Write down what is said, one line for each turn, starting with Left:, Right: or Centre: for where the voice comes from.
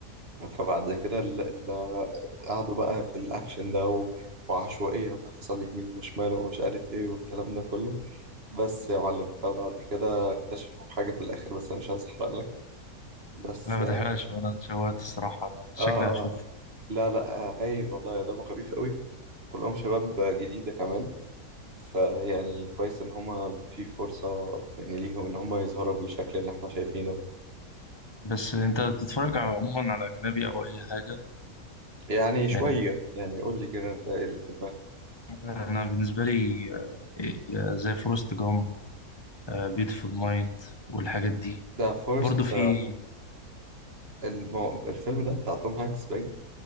Right: فبعد كده اللي قعدوا بقى في الاكشن ده و- وعشوائية تحصل يمين وشمال ومش عارف ايه والكلام ده كله بس يا معلم فبعد كده اكتشفوا حاجة في الاخر بس انا مش عايز احرق لك بس
Left: لا ما
Right: اه
Left: تحرقش وانا اتشوقت الصراحه انا شكلي
Right: اه
Left: هشوف
Right: لا لا آه هايل والله دمه خفيف قوي كلهم شباب جديدة كمان فيعني كويس ان هما في فرصة يعني ليهم ان هما يظهروا بالشكل اللي احنا شايفينه ده
Left: بس انت بتتفرج على- عموما على اجنبي او اي حاجه
Right: يعني شوية
Left: يعني
Right: يعني قول لي كده انت ايه اللي في دماغك
Left: انا بالنسبه لي آه، آه، زي فورست جامب بيوتيفول مايند والحاجات دي
Right: ده فورست
Left: برضو في
Right: المو... الفيلم ده بتاع توم هانكس باين